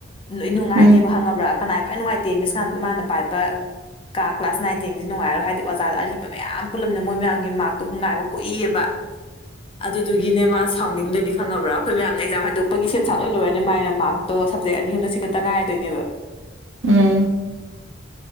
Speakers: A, on the left; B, on the right.
A: ꯅꯣꯏ ꯅꯨꯡꯉꯥꯏꯅꯦꯕ
B: ꯎꯝ
A: ꯈꯪꯉꯕ꯭ꯔꯥ ꯀꯅꯥꯏ ꯈ꯭ꯋꯥꯏ ꯅꯨꯡꯉꯥꯏꯇꯦ ꯃꯤꯁꯀ ꯃꯥꯅ ꯄꯥꯏꯕ ꯀꯥ ꯀ꯭ꯂꯥꯁ ꯅꯥꯏꯟ ꯊꯦꯟꯁꯤ ꯅꯨꯡꯉꯥꯏꯔꯣ ꯍꯥꯏꯗꯤ ꯑꯣꯖꯥꯗ ꯑꯔꯤꯕ ꯃꯌꯥꯝ ꯄꯨꯜꯂꯝꯃꯤꯅ ꯃꯣꯏ ꯃꯌꯥꯝꯒꯤ ꯃꯥꯔꯛꯇꯣ ꯉꯥꯏꯕ ꯀꯨꯏꯦꯕ
B: <inaudible>
A: ꯑꯗꯨꯗꯨꯒꯤꯅꯦ ꯃꯥ ꯁꯥꯎꯅꯤꯡꯗꯣꯏꯅꯤ ꯈꯪꯉꯕ꯭ꯔꯥ ꯑꯩꯈꯣꯏ ꯃꯌꯥꯝ ꯑꯦꯛꯖꯥꯝ ꯍꯥꯏꯗꯣꯛꯄꯒꯤ ꯁꯦꯝ ꯁꯥꯠ ꯂꯣꯏ ꯂꯣꯏꯔꯅꯤ ꯃꯥꯏꯅ ꯃꯥꯔꯛꯇꯣ ꯁꯞꯖꯦꯛ ꯑꯅꯤ ꯑꯍꯝꯗ ꯁꯤꯡꯒꯠꯇ ꯉꯥꯏꯗꯣꯏꯅꯦꯕ
B: ꯎꯝ